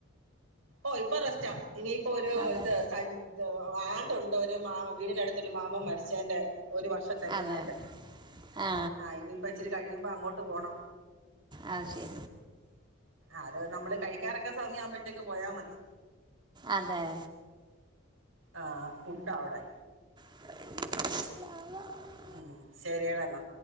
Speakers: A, on the right; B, on the right.
A: ഓഹ് ഇപ്പൊ റസ്റ്റ ഇനിയിപ്പോ ഒരൂ
B: അതെ
A: ഇത് സ ആണ്ടുണ്ട് ഒരു മാ വീടിനടുത്തൊരു മാമൻ മരി അച്ചേൻ്റെ ഒരു വർഷം തികയ്ന്നേന്റെ
B: അതെ ആ
A: ആഹ് ഇനിയിപ്പൊ ഇച്ചിരി കഴിയുമ്പൊ അങ്ങോട്ട് പോണം
B: അത് ശരി
A: ആഹ് അത് നമ്മള് കഴിക്കാറൊക്കെ സമയാവുമ്പഴ്ത്തേക്ക് പോയാ മതി
B: അതേ
A: ആഹ് പുട്ട അവ്ടെ
B: <unintelligible>
A: ഉം ശരിയട എന്ന